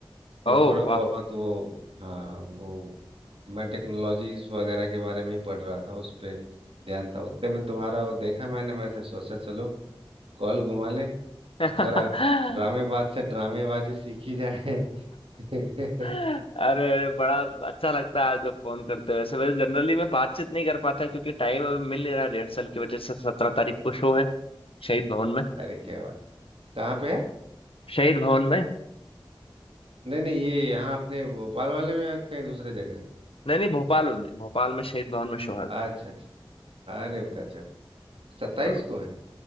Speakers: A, on the right (about 85°); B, on the left (about 80°).
A: तो
B: ओ
A: थोड़ा बहुत
B: वाह
A: वो हाँ वो मैं टेक्नोलॉजीज वगैरह के बारे में ही पढ़ रहा था उस पे ध्यान था उतने में तुम्हारा वो देखा मैंने मैं से सोचा चलो कॉल घुमा ले
B: <laughs>
A: और थोड़ा ड्रामेबाज से ड्रामेबाजी सीखी जाए <laughs>
B: अरे अरे बड़ा अच्छा लगता है आप जब फोन करते हो वैसे वैसे जनरली मैं बातचीत नहीं कर पाता क्योंकि टाइम अभी मिल नहीं रहा रिहर्सल की वजह से सत्रह तारीख को शो है शहीद भवन में
A: अरे क्या बात कहाँ पे है
B: शहीद भवन में
A: नहीं नहीं ये यहाँ अपने भोपाल वाले में या कहीं दूसरे जगह है?
B: नहीं नहीं भोपाल में भोपाल में शहीद भवन में शो है
A: अच्छा अच्छा अरे गजब सत्ताईस
B: तो
A: को है